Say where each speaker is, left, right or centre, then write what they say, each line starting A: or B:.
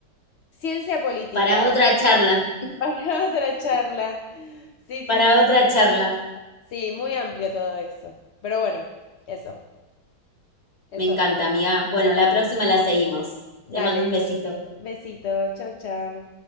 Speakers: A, on the left (about 60°); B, on the left (about 25°).
A: Ciencia política,
B: Para otra
A: hashtag,
B: charla,
A: <laughs> para otra charla. Sí,
B: para
A: sí,
B: otra charla.
A: Sí, muy amplio todo eso. Pero bueno, eso, eso,
B: Me encanta,
A: amigo.
B: amiga. Bueno, la próxima la seguimos.
A: Dale,
B: Te mando un besito.
A: besito, chao, chao.